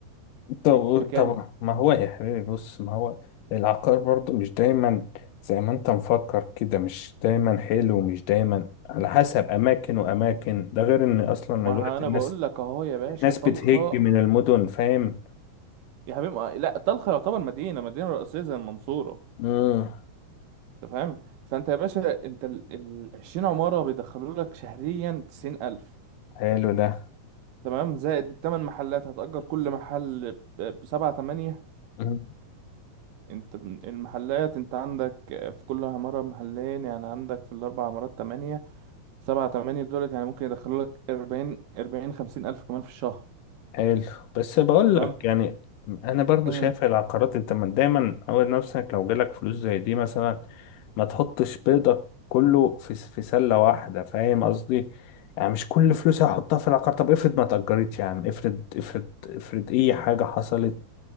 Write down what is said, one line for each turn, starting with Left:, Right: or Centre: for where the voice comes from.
Left: طب
Right: بكام
Left: طب ما هو يا حبيبي بص ما هو العقار برضو مش دايما زي ما انت مفكر كده مش دايما حلو ومش دايما على حسب اماكن واماكن ده غير ان اصلا
Right: ما
Left: الوقت
Right: ها انا
Left: الناس
Right: بقول لك اهو يا باشا
Left: الناس
Right: طلخه
Left: بتهج من المدن فاهم
Right: يا حبيبي ما- لا طلخه يعتبر مدينه مدينه رئيسيه زي المنصوره
Left: امم
Right: انت فاهم فانت يا باشا انت ال ال- 20 عماره بيدخلوا لك شهريا 90000
Left: حلو ده
Right: تمام زائد الثمان محلات هتأجر كل محل ب 7 8
Left: مم.
Right: انت ب- المحلات انت عندك في كل عماره محلين يعني عندك في الاربع عمارات 8 7 8 دولت يعني ممكن يدخلوا لك 40 40 50000 كمان في الشهر
Left: حلو بس بقول
Right: تمام
Left: لك يعني انا برضو
Right: مم.
Left: شايف العقارات انت ما- دايما عود نفسك لو جالك فلوس زي دي مثلا ما تحطش بيضك كله في س- في سلة واحدة فاهم قصدي يعني مش كل فلوسي هحطها في العقار طب افرض ما اتأجرتش يا عم افرض افرض افرض اي حاجة حصلت